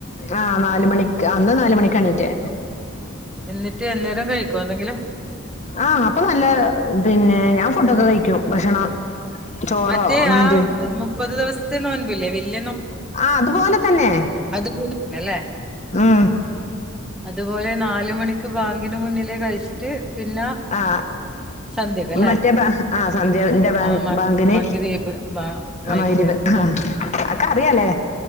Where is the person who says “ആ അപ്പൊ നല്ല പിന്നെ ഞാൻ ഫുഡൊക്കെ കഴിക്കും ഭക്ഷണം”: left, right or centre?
Left